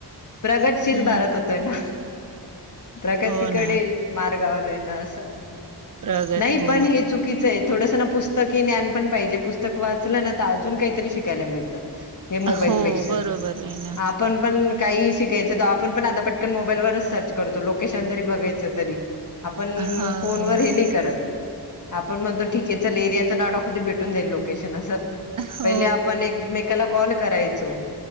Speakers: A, on the left (about 45°); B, on the right (about 50°).
A: प्रगतशील
B: हम्म.
A: भारत हो तोय ना. प्रगतीकडे
B: हो ना.
A: मार्गावर आहे ना असं
B: प्रगती
A: नाही
B: हो.
A: पण ही चुकी च आहे, थोडस पुस्तक ज्ञान पण पाहिजे पुस्तक वाचलं ना तर अजून काहीतरी शिकायला मिळत. हे मोबाईलपेक्षा
B: हो, बरोबर
A: आप
B: आहे ना.
A: आपण पण काही शिकायच तर आपण पण आता पटकन मोबाईलवरच सर्च करतो लोकेशन जरी बघायच तरी. आपण
B: हां.
A: फोनवर हे नाही करत. आपण म्हणतो ठीक आहे चल एरियाच नाव टाकूदे भेटून जाईल लोकेशन असं.
B: हो.
A: पहिले आपण एकमेकाला कॉल करायचो.